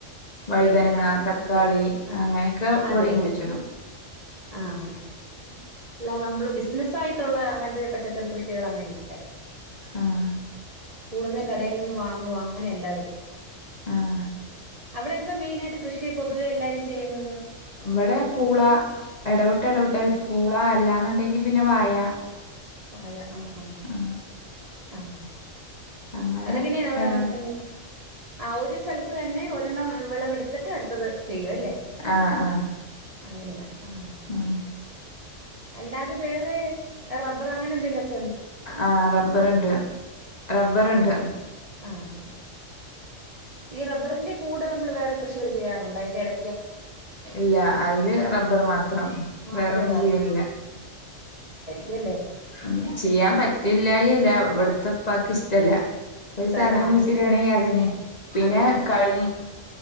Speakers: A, on the left (about 35°); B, on the right (about 30°).
A: വഴുതനങ്ങ
B: വേദന
A: തക്കാളി
B: അങ്ങൻത്തൊക്കെ ആഹ്
A: അങ്ങനെയൊക്കെ
B: അതെ
A: ഇവിടെയും
B: അതെ,
A: കുഴിച്ചിടും
B: ആഹ് അല്ല നമ്മള് ബിസിനസ് ആയി ട്ടുള്ള അങ്ങൻത്തെ പച്ചക്കറി കൃഷികള് അങ്ങനെ ഇല്ലാ ഇവിടത്തെ
A: ആഹ്
B: കൂടുതൽ കടയി നിന്നും വങ്ങുവാ അങ്ങനെ എല്ലാവരും
A: ആഹ്
B: അവിടെ എന്താ മെയിൻ ആയിട്ട് കൃഷി പൊതുവേ എല്ലാവരും ചെയ്യുന്നത്
A: ഇവടെ പൂള എടവിട്ട് എടവിട്ട് പൂള അല്ലാന്നുണ്ടെങ്കിൽ പിന്നെ വായ
B: വായ ആ ആ
A: ആഹ്
B: ആഹ
A: അങ്ങനെ
B: അതെങ്ങെനെയാ
A: എട
B: ഉം. ആ ഒരു സെലത്ത് തന്നെ ഒരെണ്ണം വെളവെട്ത്തിട്ട് അടുത്തത്. ചെയ്യും അല്ലേ
A: ആഹ ആഹ
B: അങ്ങനെയാ. ആഹ്
A: ആഹ
B: അല്ലാതെ വേറെ റബ്ബർ അങ്ങനെ എന്തെലുംക്കെ
A: ആഹ റബ്ബറ്ണ്ട് റബ്ബറ്ണ്ട്.
B: ആഹ ഈ റബ്ബറിന്റെ കൂടെ നമ്മള് വേറെ കൃഷികൾ ചെയ്യാറുണ്ടോ അയിന്റെ എട
A: ഇല്ല അയില് റബ്ബറ് മാത്രം
B: മാത്രമേ
A: വേറൊന്നും ചെയ്യലില്ല.
B: കേല്ലെ
A: ഉം ചെയ്യാ പറ്റല്ലായി അല്ല ഇവിട ത്ത പ്പാക്ക് ഇഷ്ടല്ല. ഒരു
B: സ്ഥലം
A: സാധനം കുടിച്ചിട്ടണെങ്കിൽ അതന്നെ പിന്നെ
B: അത് തന്നെ
A: കഴുങ്ങ്